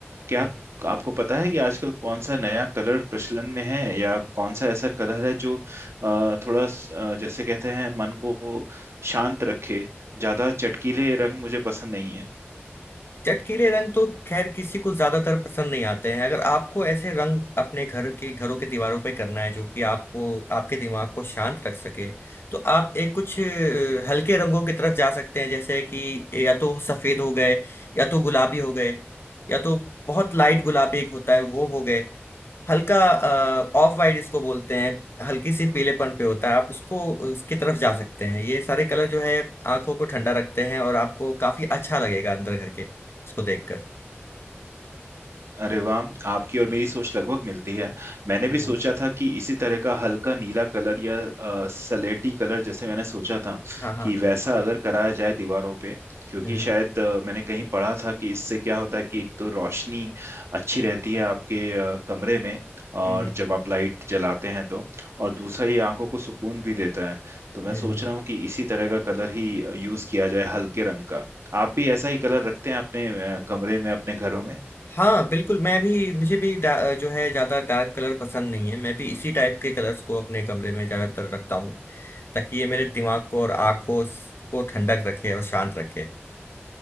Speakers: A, on the right; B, on the left.
A: क्या
B: हम्म
A: आपको पता है कि आजकल कौन सा नया कलर प्रचलन में है या कौन सा ऐसा कलर है जो अ, थोड़ा स- अ, जैसे कहते हैं मन को शांत रखे ज्यादा चटकीले रंग मुझे पसंद नहीं
B: चटकीले रंग तो खैर किसी को ज्यादातर पसंद नहीं आते हैं अगर आपको ऐसे रंग अपने घर के घरों के दीवारों पे करना है जो कि आपको आपके दिमाग को शांत रख सके तो आप एक कुछ अ, हल्के रंगों की तरफ जा सकते हैं जैसे कि या तो सफेद हो गए या तो गुलाबी हो गए या तो बहुत लाइट गुलाबी एक होता है वो हो गए हल्का ऑफ वाइट इसको बोलते हैं हल्की सी पीलेपन पे होता है आप उसको उसकी तरफ जा सकते हैं ये सारे कलर जो है आंखों को ठंडा रखते हैं और आपको काफी अच्छा लगेगा अंदर घर के इसको देखकर
A: अरे वाह आपकी और मेरी सोच लगभग मिलती है मैंने
B: चलो
A: भी सोचा था कि इसी तरह का हल्का नीला कलर या अ, सलेटी कलर जैसे मैंने सोचा था
B: हाँ हाँ
A: कि वैसा अगर कराया जाए दीवारों पे क्योंकि
B: हम्म
A: शायद अ, मैंने कहीं पढ़ा था कि इससे क्या होता है कि एक तो रोशनी अच्छी रहती है आपके अ, कमरे में और
B: हम्म
A: जब आप लाइट जलाते हैं तो और दूसरा ये आंखों को सुकून भी देता है तो मैं
B: हम्म
A: सोच
B: हम्म।
A: रहा हूँ कि इसी तरह का कलर ही यूज किया जाए हल्के रंग का आप भी ऐसा ही कलर रखते हैं अपने अ, कमरे में अपने घरों में
B: हाँ बिल्कुल मैं भी मुझे भी डा- जो है ज्यादा डार्क कलर पसंद नहीं है मैं भी इसी टाइप के कलर्स को अपने कमरे में ज्यादातर रखता हूँ ताकि ये मेरे दिमाग को और आंखों को ठंडक रखे और शांत रखे